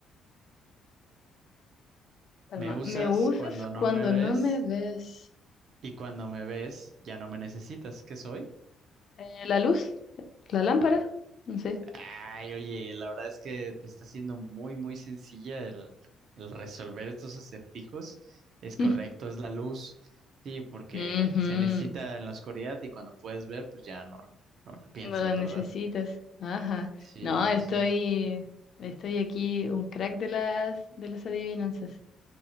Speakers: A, on the left; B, on the right.
A: Calma.
B: Me usas
A: ¿Me usas
B: cuando no
A: cuando
B: me ves
A: no me ves?
B: Y cuando me ves, ya no me necesitas. ¿Qué soy?
A: Eh, ¿la luz? ¿La lámpara? No sé.
B: Ay, oye, la verdad es que te está siendo muy, muy sencilla el, el resolver estos acertijos. Es
A: <laughs>
B: correcto, es la luz. Sí, porque
A: Ujú,
B: se necesita
A: No
B: en la oscuridad y cuando puedes ver, pues ya no, no la piensas,
A: la necesitas.
B: ¿verdad?
A: Ajá.
B: Sí,
A: No,
B: sí,
A: estoy,
B: sí.
A: estoy aquí un crack de las, de las adivinanzas.